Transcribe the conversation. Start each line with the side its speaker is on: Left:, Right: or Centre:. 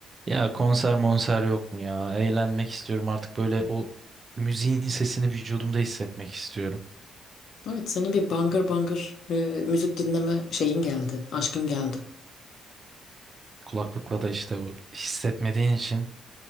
Right: Ya konser monser yok mu ya? Eğlenmek istiyorum artık böyle o müziğin sesini vücudumda hissetmek istiyorum.
Left: Evet senin bir bangır bangır e, müzik dinleme şeyin geldi. Aşkın geldi.
Right: Kulaklıkla da işte o hissetmediğin için